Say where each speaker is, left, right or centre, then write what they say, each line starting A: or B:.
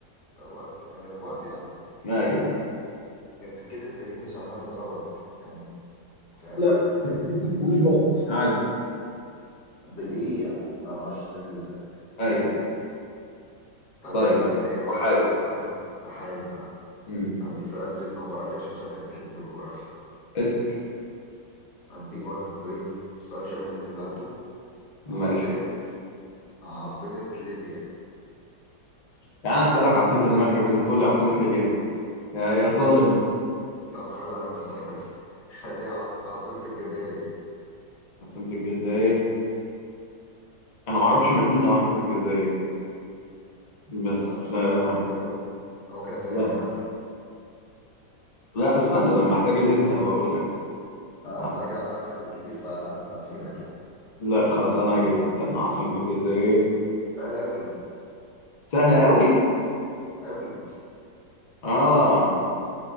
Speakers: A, on the left (about 50°); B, on the left (about 75°).
A: رباط يعني رباط يعني
B: أيوه أيوه
A: هي بتتكتب بالانجلش عامة ربط يعني فاهم
B: لا
A: بتتنطق
B: رباط عادي
A: بالايه يعني انا ما اعرفش بتتنطق ازاي
B: أيوه أيوه
A: طب
B: طيب
A: يا عم
B: أم.
A: كده ايه واحد
B: وحايد
A: واحد وحيد اه
B: مم.
A: ادي سؤال في الجغرافيا عشان شكلك بتحب الجغرافيا
B: اسأل
A: اديك برضه ايه سؤال شبه اللي انت سألته عاصمة
B: ماشي
A: عاصمة ليبيا
B: يعني أنا هسألك عاصمة المغرب أنت تقول لي عاصمة ليبيا يا يا ظالم
A: طب خلاص خلاص <laughs> خليها عاصمة الجزائر ايه
B: عاصمة الجزائر أنا ما أعرفش مدينة واحدة في الجزائر بس
A: تعرفش
B: آه
A: اديني واحدة بجبان أنا ممكن اسهلها
B: لا
A: لك
B: لا استنى لما أحتاج الهنت هبقى أقول لك
A: اه
B: عاصمة-
A: بس انا كده عمال اسهل كتير فلا اسيبك يعني
B: لا خلاص أنا هجيبها استنى عاصمة الجزائر
A: سهل اوي
B: سهلة قوي
A: اوي
B: اه